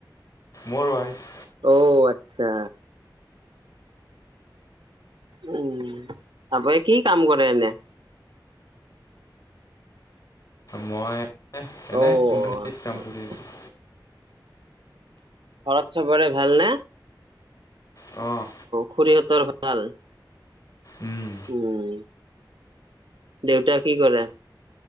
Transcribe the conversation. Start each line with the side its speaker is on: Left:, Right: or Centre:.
Left: মোৰ উৱাফ।
Right: অ', আচ্ছা। উম, আপুনি কি কাম কৰে এনে?
Left: মই এনেই,
Right: অ
Left: কোম্পানীত
Right: আচ্ছা
Left: কাম
Right: আচ্ছা
Left: কৰি আছোঁ।
Right: ঘৰত চবৰে ভাল নে?
Left: অ'।
Right: খুৰীহঁতৰ ভাল?
Left: উম,
Right: উম, দেউতাই কি কৰে?